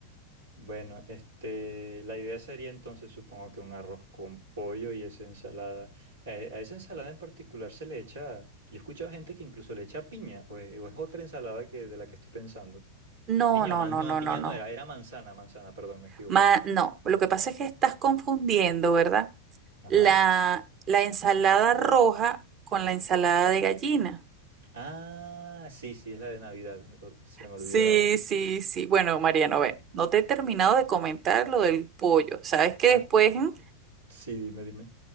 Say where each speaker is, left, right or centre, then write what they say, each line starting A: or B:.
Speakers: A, on the right (about 90°); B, on the right (about 35°).
A: Bueno, este, la idea sería entonces, supongo que un arroz con pollo y esa ensalada. Eh, a esa ensalada en particular se le echa, yo he escuchado gente que incluso le echa piña, o e- o es, otra ensalada que, de la que estoy pensando.
B: No,
A: Piña,
B: no,
A: o man,
B: no,
A: no,
B: no,
A: piña
B: no, no.
A: no era, era manzana, manzana, perdón, me equivoqué.
B: Ma- no, lo que pasa es que estás confundiendo, ¿verdad?
A: Ajá.
B: La, la ensalada roja con la ensalada de gallina.
A: Ah, sí, sí, es la de Navidad, lo- se me olvidaba.
B: Sí, sí, sí. Bueno, Mariano, ve, no te he terminado de comentar lo del pollo. Sabes que
A: Ah,
B: después, mm,
A: di- sí, dime, dime.